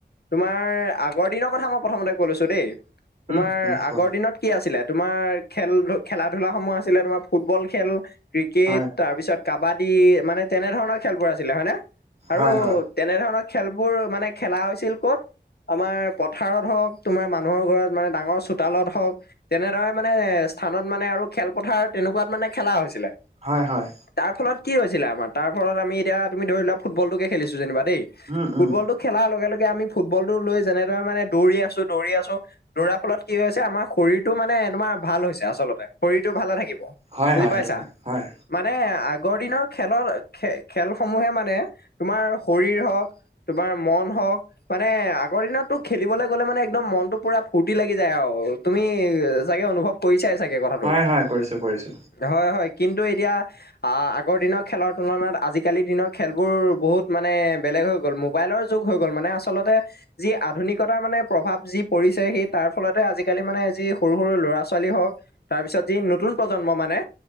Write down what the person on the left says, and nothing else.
তোমাৰ আগৰ দিনৰ কথা মই প্ৰথমতে কৈ লৈছো দেই তোমাৰ
আগৰ
দিনত কি আছিলে তোমাৰ খেল খেলা ধুলা সমূহ আছিলে তোমাৰ ফুটবল খেল ক্ৰিকেট
তাৰপিছত কাবাডী মানে তেনে ধৰণৰ খেলবোৰ আছিলে হয়নে আৰু
তেনে ধৰণৰ খেলবোৰ মানে খেলা হৈছিল ক'ত আমাৰ পথাৰত হওক তোমাৰ মানুহৰ ঘৰত মানে ডাঙৰ চোতালত হওক তেনেদৰে মানে স্থানত মানে আৰু খেলপথাৰ তেনেকুৱাত মানে খেলা হৈছিলে
তাৰ ফলত কি হৈছিলে আমাৰ তাৰ ফলত আমি এতিয়া তুমি ধৰি লোৱা ফুটবলটোকে খেলিছো যেনিবা দেই
ফুটবলটো খেলাৰ লগে লগে আমি ফুটবল টো লৈ যেনেদৰে মানে দৌৰি আছো দৌৰি আছো দৌৰাৰ ফলত কি হৈছে আমাৰ শৰীৰটো মানে তোমাৰ ভাল হৈছে আচলতে শৰীৰটো ভালে থাকিব
বুজি
পাইছা
মানে আগৰ দিনৰ খেলৰ খে খেলসমূহে মানে তোমাৰ শৰীৰ হওক তোমাৰ মন হওক মানে আগৰ দিনততো খেলিবলে গ'লে মানে একদম মনতটো পুৰা ফূৰ্তি লাগি যায় আও তুমি চাগে অনুভৱ কৰিছাই চাগে কথাটো
হয় হয় কিন্তু এতিয়া আ আগৰ দিনৰ খেলৰ তুলনাত আজিকালি দিনৰ খেলবোৰ বহুত মানে বেলেগ হৈ গ'ল মোবাইলৰ যুগ হৈ গ'ল মানে আচলতে যি আধুনিকতাৰ মানে প্ৰভাৱ যি পৰিছে সেই তাৰ ফলতে আজিকালি মানে যি সৰু সৰু ল'ৰা ছোৱালী হওক তাৰপিছত যি নতুন প্ৰজন্ম মানে